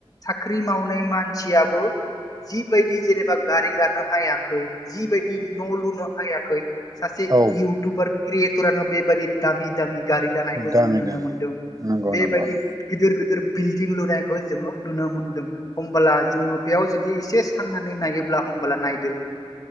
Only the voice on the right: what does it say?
औ
दामि
दामि
नंगौ
नंगौ नंगौ